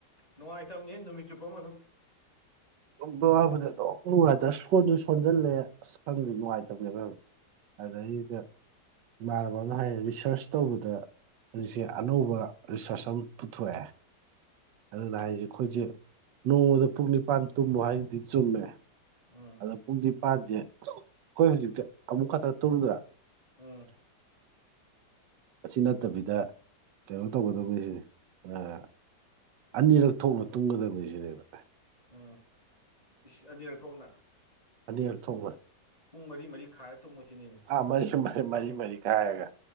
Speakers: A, on the left (about 20°); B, on the right (about 80°).
A: ꯅꯨꯡꯉꯥꯏꯇꯝꯅꯤꯍꯦ ꯅꯨꯃꯤꯠ ꯆꯨꯞꯄ ꯑꯃ ꯑꯗꯨꯝ꯫
B: ꯕꯥꯕꯨꯗꯤ ꯑꯗꯨꯝ ꯅꯨꯡꯉꯥꯏꯇ꯭ꯔ ꯁꯣꯟꯖꯨ ꯁꯣꯟꯖꯜꯂꯦ ꯑꯁ ꯈꯪꯗꯦ ꯅꯨꯡꯉꯥꯏꯇꯝꯅꯦꯕ ꯌꯥꯝꯅ꯫ ꯑꯗꯩꯗ ꯏꯃꯥꯟꯅꯕꯥꯅꯝꯅ ꯍꯥꯏꯅꯦ ꯔꯤꯁꯥꯔꯁ ꯇꯧꯕꯗ ꯍꯧꯖꯤꯛꯁꯦ
A: ꯎꯝ
B: ꯑꯅꯧꯕ ꯔꯤꯁꯥꯔꯁ ꯑꯝ ꯄꯨꯊꯣꯛꯑꯦ꯫ ꯑꯗꯨꯅ ꯍꯥꯏꯖꯦ ꯈꯣꯏꯖꯦ ꯅꯣꯡꯃꯗ ꯄꯨꯡ ꯅꯤꯄꯥꯟ ꯇꯨꯝꯃꯣ ꯍꯥꯏꯗꯨꯗꯤ ꯆꯨꯝꯃꯦ꯫
A: ꯎꯝ
B: ꯑꯗꯣ ꯄꯨꯡ ꯅꯤꯄꯥꯟꯖꯦ ꯑꯈꯣꯏ ꯍꯧꯖꯤꯛꯇꯤ ꯑꯃꯨꯛ ꯈꯥꯛꯇ ꯇꯧꯝꯗ꯭ꯔꯥ
A: ꯑ
B: ꯑꯁꯤ ꯅꯠꯇꯕꯤꯗ ꯀꯩꯅꯣ ꯇꯧꯒꯗꯧꯅꯤꯁꯤꯅꯤ ꯑꯥ ꯑꯅꯤꯔꯛ ꯊꯣꯛꯅ ꯇꯨꯝꯒꯗꯕꯅꯦ ꯁꯤꯅꯦꯕ
A: ꯑ ꯏꯁ ꯑꯅꯤꯔꯥꯛ ꯊꯣꯛꯅ
B: ꯑꯅꯤꯔꯥꯛ ꯊꯣꯛꯅ
A: ꯄꯨꯡ ꯃꯔꯤ ꯃꯔꯤ ꯈꯥꯏꯔ ꯇꯨꯝꯃꯣꯁꯤꯅꯤꯅꯦ
B: ꯑꯥ ꯃꯔꯤꯃꯥ ꯃꯔꯤ ꯃꯔꯤ ꯈꯥꯏꯔꯒ